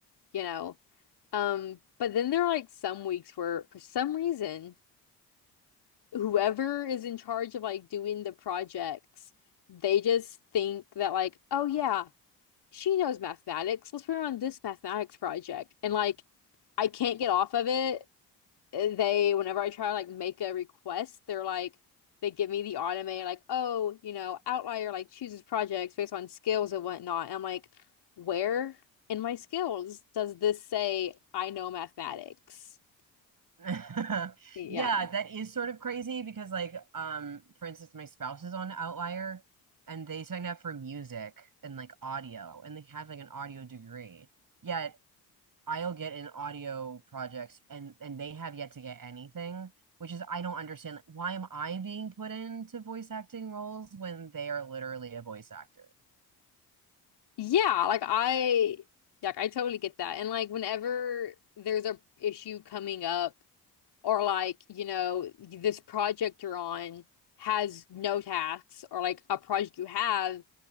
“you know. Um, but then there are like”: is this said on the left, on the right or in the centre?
Left